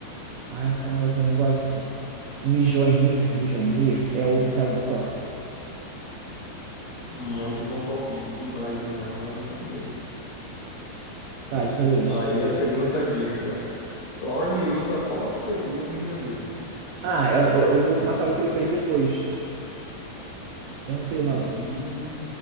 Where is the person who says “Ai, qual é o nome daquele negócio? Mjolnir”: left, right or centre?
Right